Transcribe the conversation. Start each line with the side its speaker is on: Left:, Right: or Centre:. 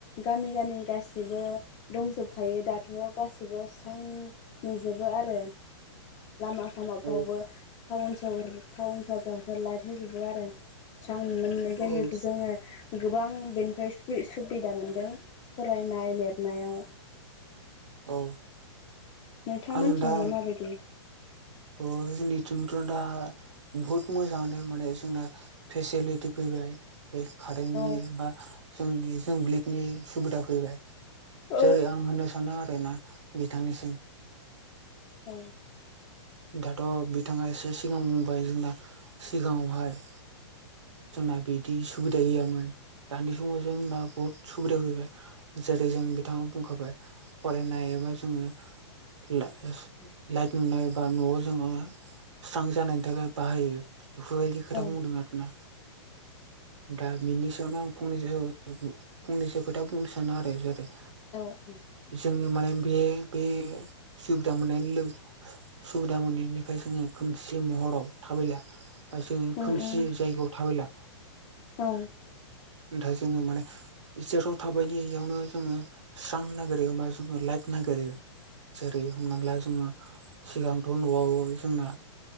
Left: गामि गामि गासिबो। दंजोबखायो दाथ' गासिबो स्रां नुजोबो आरो लामा सामाफ्रावबो
Right: औ
Left: टाउन सहर टाउन सहरावबो लाइट होजोबो आरो। स्रां नुनो मोननाय जायो
Right: औ
Left: जोङो। गोबां बेनिफ्राय सु-सुबिदा मोनदों फरायनाय लिरनायाव।
Right: औ
Left: नोंथां
Right: आं
Left: मोननिथिंलाय
Right: दा
Left: माबायदि?
Right: अ जोंनिथिंथ' दा बुहुत मोजांआनो माने जोंना फेसिलिटि फैबाय। बे कारन्टनि
Left: औ
Right: बा जोंनि जोंब्लिडनि सुबिदा फैबाय।
Left: औ
Right: जेरै आं होननो सानो आरो ना बिथांनिसिम
Left: औ
Right: दाथ' बिथाङा एसे सिगां बुंबाय जोंना सिगाङावहाय जोंना बिदि सुबिदा गैयामोन दानि समाव जोंना बहुत सुबिदा फैबाय। जेरै जों बि नोंथांआबो बुंखाबाय फरायनाय एबा जोङो ला-लाइट नुनाय था बा न'आव जोङो स्रां जानायनि थाखाय बाहायो बेफोबायदि खोथा
Left: औ
Right: बुंदों आरोना उ दा बिनि सायावनो आं फंनैसो फंनैसो खोथा बुंनो सानो आरो जादे
Left: औ उ
Right: जोङो माने बे बे सुबिदा मोननायनि लो सुबिदा मोनैनिफाय जोङो खोमसि महराव थाबायला बा जों
Left: उम
Right: खोमसि
Left: उम
Right: जायगायाव थाबायला।
Left: औ।
Right: दा जोङो माने जेराव थाबायनि इआवनो जोङो स्रां नागिरो एबा जोङो लाइट नागिरो जेरै हमना ला जोङो सिगांथ' न'आवै जोंना